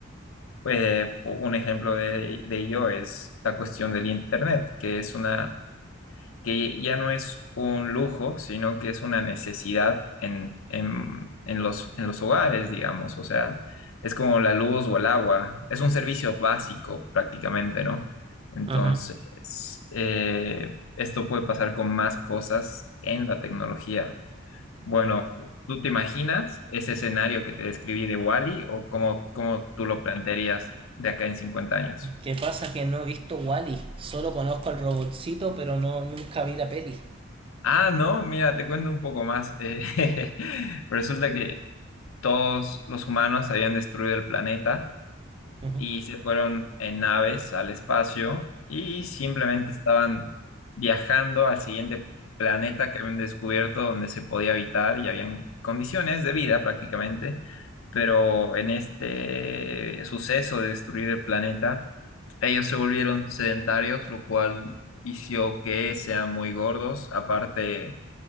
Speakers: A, on the left (about 80°); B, on the right (about 25°).
A: Eh, un ejemplo de, de ello es la cuestión del Internet, que es una, que ya no es un lujo, sino que es una necesidad en, en, en los, en los hogares, digamos. O sea, es como la luz o el agua. Es un servicio básico prácticamente, ¿no? Entonces,
B: Ajá.
A: eh, esto puede pasar con más cosas en la tecnología. Bueno, ¿tú te imaginas ese escenario que te describí de Wally o cómo, cómo tú lo plantearías de acá en 50 años?
B: ¿Qué pasa? Que no he visto Wally. Solo conozco al robotcito, pero no nunca vi la peli.
A: Ah, no, mira, te cuento un poco más. Eh, <laughs> resulta que todos los humanos habían destruido el planeta
B: Ujú.
A: y se fueron en naves al espacio y simplemente estaban viajando al siguiente planeta que habían descubierto donde se podía habitar y habían condiciones de vida prácticamente, pero en este suceso de destruir el planeta, ellos se volvieron sedentarios, lo cual hizo que sean muy gordos, aparte